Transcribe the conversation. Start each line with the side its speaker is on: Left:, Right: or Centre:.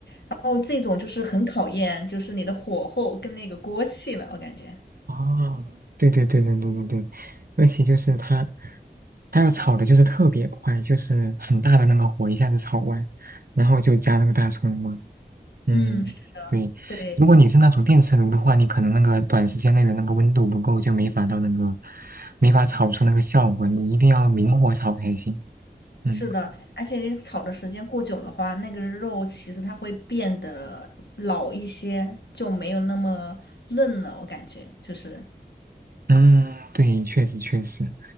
Left: 然后这种就是很考验，就是你的火候跟那个锅气了，我感觉。
Right: 哦，对对对对对对对，而且就是它，它要炒的就是特别快，就是很大的那个火一下子炒完，然后就加那个大葱嘛。嗯，
Left: 嗯，是
Right: 对。
Left: 对。
Right: 如果你是那种电磁炉的话，你可能那个短时间内的那个温度不够，就没法到那个，没法炒出那个效果。你一定要明火炒才行。嗯
Left: 是的，而且你炒的时间过久的话，那个肉其实它会变得老一些，就没有那么嫩了。我感觉就是，
Right: 嗯，对，确实确实，